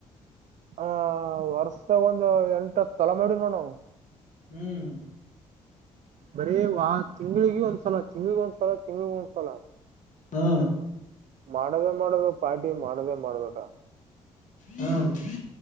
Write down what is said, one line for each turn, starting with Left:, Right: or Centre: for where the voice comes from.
Right: ಆ ವರ್ಷಾಗ ಒಂದು್ ಎಂಟತ್ ತಲ ಮಾಡಿ ನೋ ನಾವು
Left: ಹ್ಮ್
Right: ಬರೀ ವ ತಿಂಗಗಳಳಿಗೆ ಒಂದ್ಸಲ ತಿಂಗ್ಳಿಗೆ ಒಂದ್ಸಲ ತಿಂಗಗಳಗ ಒಂದ್ಸಲ
Left: ಹಾ
Right: ಮಾಡೋದೇ ಮಾಡೋದು ಪಾರ್ಟಿ ಮಾಡೋದೇ ಮಾಡೋದುಟಾ
Left: ಹ್ಮ